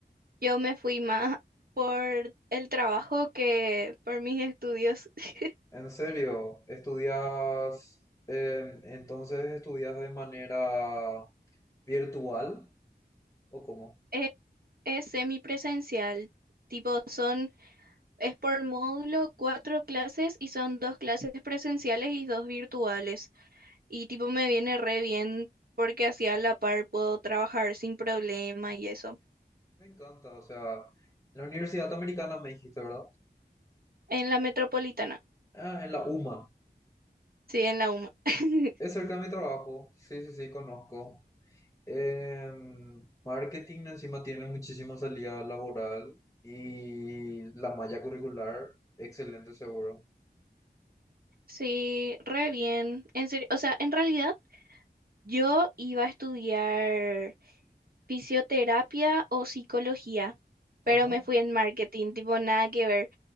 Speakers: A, on the right; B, on the left.
A: Yo me fui más por el trabajo que por mis estudios. <laughs>
B: en serio, estudias, eh, entonces estudias de manera virtual. ¿O cómo?
A: Es, es semipresencial, tipo son, es por módulo cuatro clases y son dos clases presenciales y dos virtuales. Y tipo me viene re bien porque así a la par puedo trabajar sin problema y eso.
B: Me encanta, o sea, en la Universidad Americana me dijiste, ¿verdad?
A: En la metropolitana,
B: Ah, en la UMA.
A: sí, en la UMA.
B: Es cerca de mi trabajo. Sí, sí, sí, conozco. Em, marketing encima tiene muchísima salida laboral y la malla curricular, excelente seguro.
A: Sí, re bien. En serio, o sea, en realidad yo iba a estudiar fisioterapia o psicología,
B: Ajá,
A: pero me fui en marketing, tipo nada que ver.